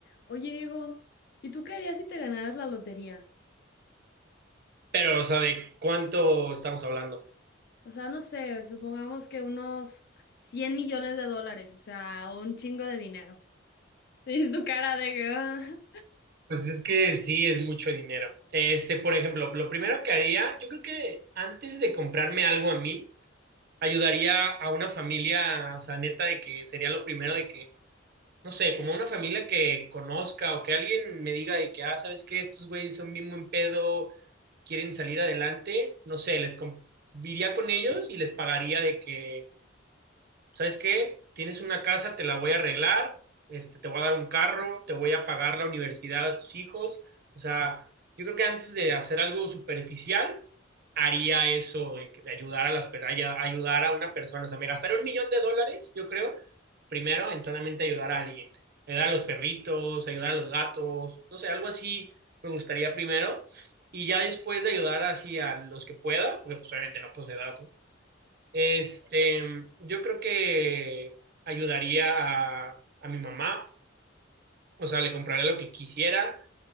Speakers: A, on the left; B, on the right.
A: Oye, Diego, ¿y tú qué harías si te ganaras la lotería?
B: Pero, o sea, ¿de cuánto estamos hablando?
A: O sea, no sé, supongamos que unos 100 millones de dólares, o sea, un chingo de dinero. <laughs> Y tu cara de que... "Ah".
B: Pues es que sí es mucho dinero. Este, por ejemplo, lo primero que haría, yo creo que antes de comprarme algo a mí, ayudaría a una familia, o sea, neta, de que sería lo primero de que, no sé, como una familia que conozca o que alguien me diga de que, ah, ¿sabes qué? Estos güeyes son bien buen pedo, quieren salir adelante, no sé, les com- iría con ellos y les pagaría de que ¿sabes qué? Tienes una casa, te la voy a arreglar, este, te voy a dar un carro, te voy a pagar la universidad a tus hijos. O sea, yo creo que antes de hacer algo superficial, haría eso de, que- de ayudar a las, per- ay- ayudar a una persona. O sea, me gastaría un millón de dólares, yo creo, primero en solamente ayudar a alguien. Ayudar a los perritos, ayudar a los gatos, no sé, algo así me gustaría primero. Y ya después de ayudar así a los que pueda, porque pues obviamente no puedo ayudar a todos este, yo creo que ayudaría a, a mi mamá, o sea, le compraría lo que quisiera,